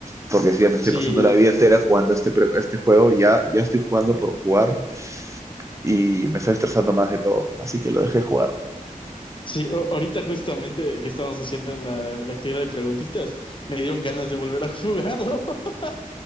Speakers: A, on the right; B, on the left.
A: porque si ya me estoy
B: Sí,
A: pasando la vida entera jugando este, pre- este juego, ya, ya estoy jugando por jugar y me estoy estresando más de todo, así que lo dejé jugar.
B: sí, a- ahorita justamente que estábamos haciendo la, la actividad de preguntitas, me dieron ganas de volver a jugarlo. <laughs>